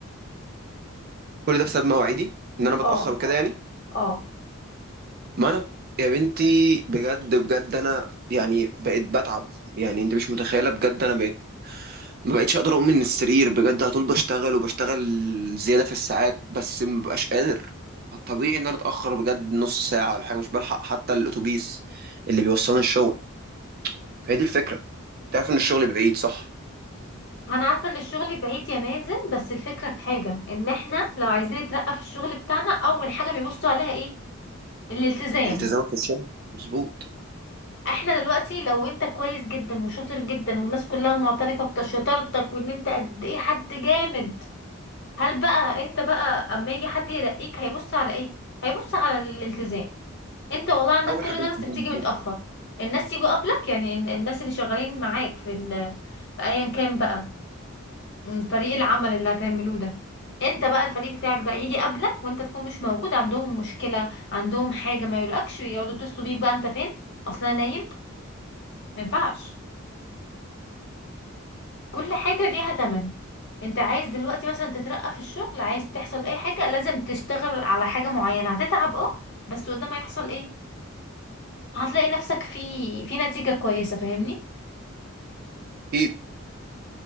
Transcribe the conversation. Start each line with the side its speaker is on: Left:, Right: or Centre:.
Right: كل ده بسبب مواعيدي ان انا بتاخر
Left: اه
Right: وكده يعني
Left: اه
Right: ما انا يا بنتي بجد بجد انا يعني بقيت بتعب يعني انت مش متخيله بجد انا بقيت ما بقتش اقدر اقوم من السرير بجد على طول بشتغل وبشتغل زياده في الساعات بس ما ببقاش قادر طبيعي ان انا اتاخر بجد نص ساعه ولا حاجه مش بلحق حتى الاتوبيس اللي بيوصلني الشغل فهي دي الفكره تعرف ان الشغل بعيد صح
Left: انا عارفه ان الشغل بعيد يا مازن بس الفكره في حاجه ان احنا لو عايزين نترقى في الشغل بتاعنا اول حاجه بيبصوا عليها ايه الالتزام
Right: التزامك في الشغل مظبوط
Left: احنا دلوقتي لو انت كويس جدا وشاطر جدا والناس كلها معترفه بشطارتك وان انت قد ايه حد جامد هل بقى انت بقى اما يجي حد يرقيك هيبص على ايه هيبص على الالتزام انت والله عندك
Right: اول
Left: كل
Right: حاجه
Left: ده
Right: الالتزام
Left: بس بتيجي
Right: مظبوط
Left: متأخر الناس يجوا قبلك يعني ال- الناس اللي شغالين معاك في ال... في ايا كان بقى م، فريق العمل اللي هتعملوه ده انت بقى الفريق بتاعك ده يجي قبلك وانت تكون مش موجود عندهم مشكلة عندهم حاجة ما يقولكش يقعدوا يتصلوا بيك بقى انت فين اصلا نايم ما ينفعش كل حاجة ليها تمن انت عايز دلوقتي مثلا تترقى في الشغل عايز تحصل اي حاجة لازم تشتغل على حاجة معينة هتتعب اه بس قدام هيحصل ايه هتلاقي نفسك في في نتيجة كويسة فاهمني
Right: اكيد